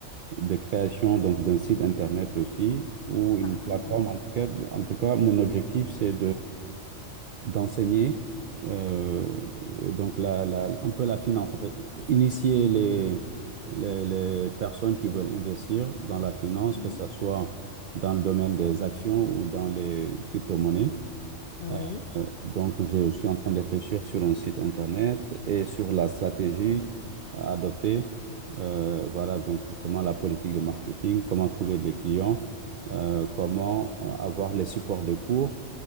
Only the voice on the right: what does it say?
de création donc d'un site internet aussi, ou une
plateforme. En tout cas, en tout cas, mon objectif, c'est d'enseigner euh, donc la, la- un peu la finance, en fait, initier les, les, les personnes qui veulent investir dans la finance,
que ce soit dans le domaine des actions ou dans les crypto-monnaies.
Euh, donc, je suis en train de réfléchir sur un site internet et sur la stratégie à adopter. Euh, voilà, donc justement la politique de marketing, comment trouver les clients, euh, comment euh, avoir les supports de cours.